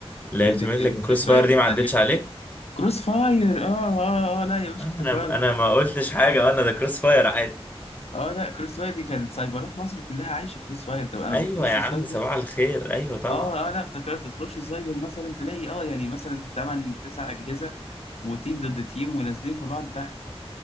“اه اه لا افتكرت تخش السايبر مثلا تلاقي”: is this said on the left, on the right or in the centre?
Left